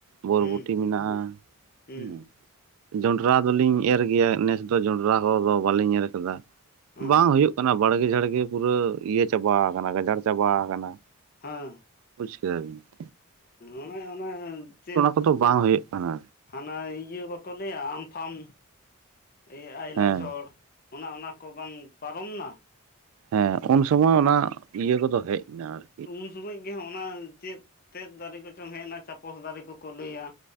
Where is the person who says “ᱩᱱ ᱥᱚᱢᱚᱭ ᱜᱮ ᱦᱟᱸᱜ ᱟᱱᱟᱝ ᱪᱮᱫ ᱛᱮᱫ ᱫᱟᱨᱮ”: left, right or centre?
Left